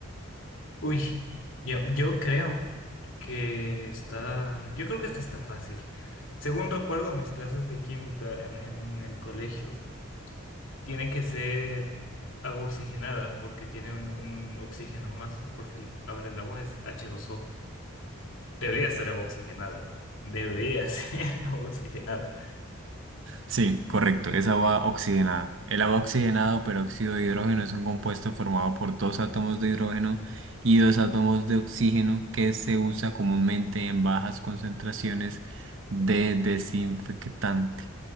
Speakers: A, on the left; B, on the right.
A: Uy, yo yo creo que está. Yo creo que esta está fácil. Según recuerdo mis clases de química en, en el colegio. tiene que ser agua oxigenada porque tiene un, un oxígeno más, porque el- ahora el agua es H2O. Debería ser agua oxigenada. Debería <laughs> ser agua oxigenada.
B: Sí, correcto, es agua oxigenada. El agua oxigenada o peróxido de hidrógeno es un compuesto formado por dos átomos de hidrógeno y dos átomos de oxígeno que se usa comúnmente en bajas concentraciones de desinfectante,